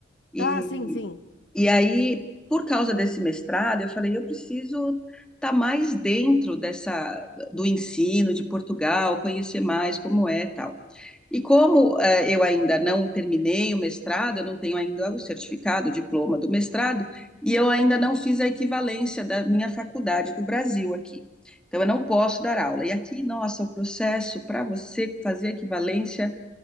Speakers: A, in the centre; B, on the left (about 65°).
A: E,
B: Ah, sim, sim.
A: e aí, por causa desse mestrado, eu falei, eu preciso estar mais dentro dessa do ensino de Portugal, conhecer mais como é, e tal. E como eh, eu ainda não terminei o mestrado, eu não tenho ainda o certificado, o diploma do mestrado, e eu ainda não fiz a equivalência da minha faculdade do Brasil aqui. Então, eu não posso dar aula. E aqui, nossa, o processo para você fazer a equivalência